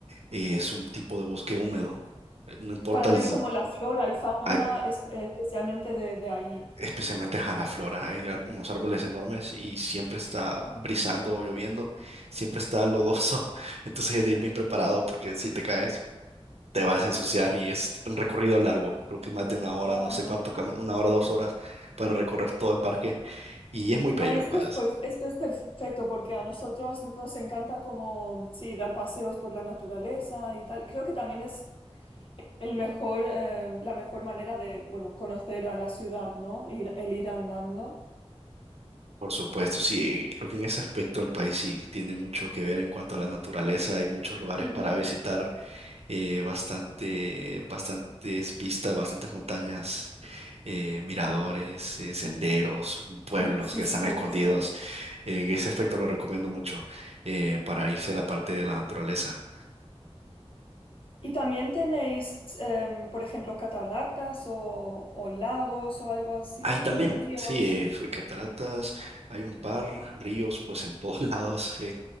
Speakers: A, on the right (about 70°); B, on the left (about 55°).
A: eh, es un tipo de bosque húmedo. Eh, No importa,
B: para
A: el-
B: ver como la flora y fauna
A: hay
B: es- especialmente de, de allí.
A: especialmente a la flora. Hay ar- unos árboles enormes y siempre está
B: Ajá.
A: brisando o lloviendo, siempre está lodoso. <laughs> Entonces hay de ir bien preparado porque si te caes, te vas a ensuciar y es un recorrido largo, creo que más de una hora,
B: Ah,
A: no sé
B: vale.
A: cuánto, cami- una hora, dos horas para recorrer todo el parque y es muy bello.
B: Ay, esto
A: ¿sabes?
B: es, perf- esto es perfecto porque a nosotros nos encanta como, sí, dar paseos por la naturaleza y tal. Creo que también es el mejor, eh, la mejor manera de, bueno, conocer a la ciudad, ¿no? Ir- el ir andando.
A: Por supuesto, sí, creo que en ese aspecto el país sí tiene mucho que ver en cuanto a la naturaleza, hay muchos lugares
B: Mm.
A: para visitar eh, bastante, bastantes vistas, bastantes montañas, eh, miradores, eh, senderos, pueblos
B: Sí, sí,
A: que están
B: sí,
A: escondidos.
B: sí.
A: Eh, ese aspecto lo recomiendo mucho eh, para irse a la parte de la naturaleza.
B: ¿Y también tenéis, em, por ejemplo, cataratas o, o lagos o algo así,
A: Hay también,
B: o ríos?
A: sí, eh, f- cataratas, hay un par, ríos, pues en todos <laughs> lados, eh,